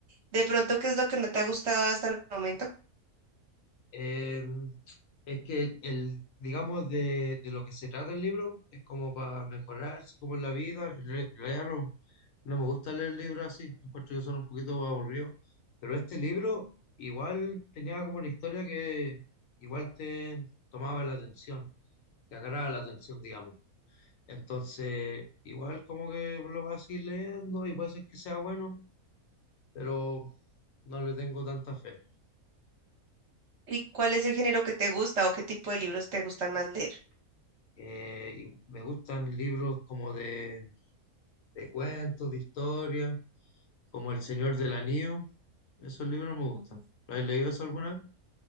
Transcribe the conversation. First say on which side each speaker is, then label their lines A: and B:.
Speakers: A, on the right; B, on the left.
A: De pronto, ¿qué es lo que no te ha gustado hasta el momento?
B: Eh, es que el, digamos, de, de lo que se trata el libro es como para mejorarse, como en la vida. En re- en realidad no, no me gusta leer libros así, encuentro que son un poquito aburridos. Pero este libro igual tenía como una historia que igual te tomaba la atención, te agarraba la atención, digamos. Entonces, igual como que lo vas a seguir leyendo y puede ser que sea bueno, pero no le tengo tanta fe.
A: ¿Y cuál es el género que te gusta o qué tipo de libros te gusta más leer?
B: Eh, y me gustan libros como de, de cuentos, de historia, como El Señor del Anillo. Esos libros me gustan.
A: Ujú.
B: ¿Lo has leído eso alguna vez?